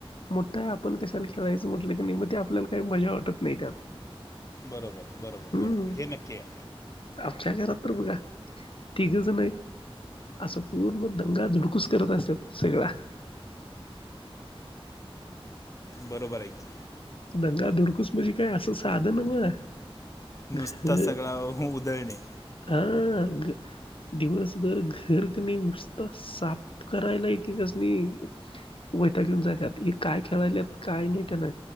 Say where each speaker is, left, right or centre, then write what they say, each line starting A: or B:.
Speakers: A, on the left; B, on the left.
A: मोठ आपण कशाला खेळायचं म्हटलं की नाही मग ते आपल्याला काय मजा वाटत नाही त्यात
B: बरोबर बरोबर
A: हम्म
B: बरोबर हे नक्की आहे.
A: आमच्या घरात बघा तिघजन आहेत असं पूर्ण दंगा धूडकूस करत असतात सगळा
B: बरोबर आहे की
A: दंगाधुडकुस म्हणजे काय असं साध नव्ह.
B: नुसता
A: ह
B: सगळा उदळणे.
A: हा दिवसभर घर कमी नुसत साफ करायला एकेकासनी वैताग येऊन जात्यात ये काय खेळायल्यात काय नाई त्याना